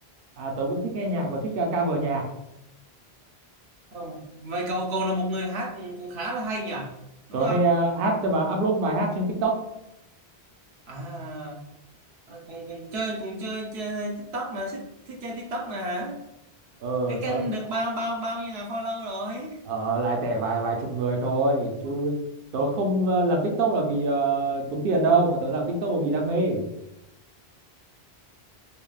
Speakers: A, on the right; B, on the right.
A: à tớ cũng thích nghe nhạc và thích ờ, cover nhạc
B: không. Vậy cậu cậu là một người hát cũng cũng khá là hay nhỉ? Đúng
A: tớ
B: không?
A: hay ờ, hát và upload bài hát trên TikTok
B: À À, còn còn chơi còn chơi, chơi TikTok nè thích, thích chơi TikTok nè hả
A: ờ
B: cái
A: tớ
B: kênh được bao bao bao nhiêu ngàn follow rồi
A: Ờ, lại tẻ vài vài chục người thôi chứ tớ không ờ, làm TikTok là vì ờ, kiếm tiền đâu mà tớ làm TikTok là vì đam mê